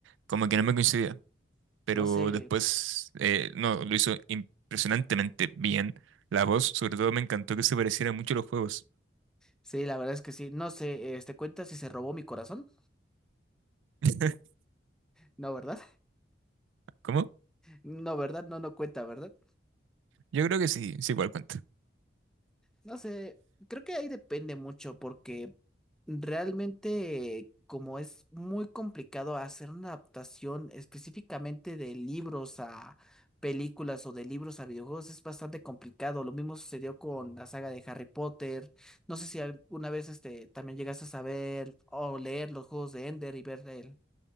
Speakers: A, on the right; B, in the centre.
A: Como que no me coincidía, pero
B: No sé,
A: después, eh, no, lo hizo impresionantemente bien. La voz, sobre todo, me encantó que se pareciera mucho a los juegos.
B: Sí, la verdad es que sí. No sé, este, ¿cuenta si se robó mi corazón?
A: <laughs>
B: No, ¿verdad? <laughs>
A: ¿Cómo?
B: No, ¿verdad? No, no cuenta, ¿verdad?
A: Yo creo que sí, sí, igual cuenta.
B: No sé, creo que ahí depende mucho porque realmente como es muy complicado hacer una adaptación específicamente de libros a películas o de libros a videojuegos es bastante complicado. Lo mismo sucedió con la saga de Harry Potter. No sé si alguna vez este, también llegaste a saber o leer los juegos de Ender y ver el,